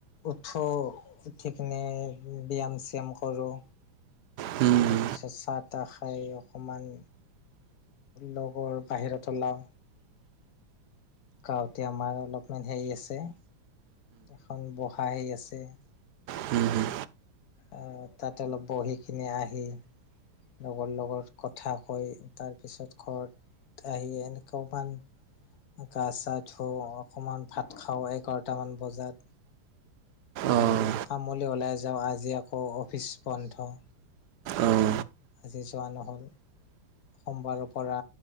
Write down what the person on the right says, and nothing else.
হুম,
হম হম।
অঁ
অহ।